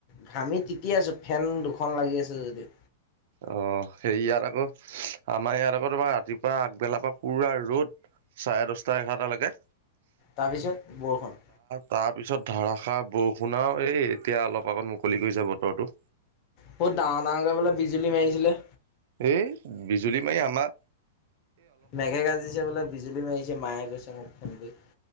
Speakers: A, on the left; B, on the right.
A: ঘামি তিতি আছো ফেন দুখন লাগি আছে যদিও।
B: অ', সেইয়াত আকৌ আমাৰ ইয়াত আকৌ তোমাৰ ৰাতিপুৱা আগবেলাৰ পৰা পুৰা ৰ'দ, চাৰে দহটা এঘাৰট লৈকে।
A: তাৰপিছত বৰষুণ।
B: তাৰ পিছত ধাৰষাৰ বৰষুণ আও এই এতিয়া অলপ আগত মুকলি কৰিছে বতৰটো।
A: বহুত ডাঙৰ ডাঙৰকৈ বোলে বিজুলী মাৰিছিলে।
B: এই বিজুলী মাৰি আমাক।
A: মেঘে গাজিছে বোলে বিজুলী মাৰিছে মায়ে গৈছে মোক ফোন কৰি।